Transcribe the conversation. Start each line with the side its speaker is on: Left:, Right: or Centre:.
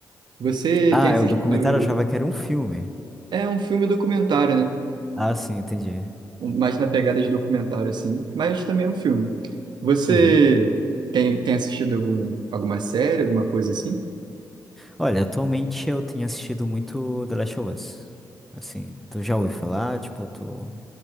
Right: Você
Centre: Ah,
Right: tem assistido
Centre: é um documentário, eu achava que era um filme.
Right: É um filme documentário, né?
Centre: Ah, sim, entendi.
Right: Um- Mais na pegada de documentário, assim. Mas também é um filme. Você
Centre: Uhum.
Right: tem, tem assistido algum, alguma série, alguma coisa assim?
Centre: Olha, atualmente eu tenho assistido muito The Last of Us. Assim, tu já ouviu falar? Tipo, tu,